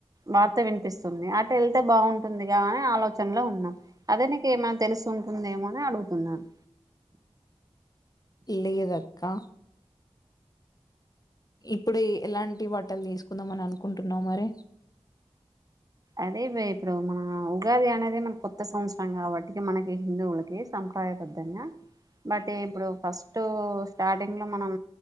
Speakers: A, on the right (about 35°); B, on the left (about 35°).
A: వార్త వినిపిస్తుంది అటు వెళ్తే బాగుంటుందిగా అని ఆలోచనలో ఉన్నాం అదే నీకు ఏమైనా తెలుసు ఉంటుందేమో అని అడుగుతున్నాను
B: లేదక్కా ఇప్పుడు ఎలాంటి బట్టలు తీసుకుందాంమని అనుకుంటున్నావ్ మరి
A: అదే ఇప్పుడు మన ఉగాది అనేది మన కొత్త సంవత్సరం కాబట్టికి మనకి హిందువులకి సంప్రదయబద్ధంగా బట్ ఇప్పుడు ఫస్ట్ స్టార్టింగ్ లో మనం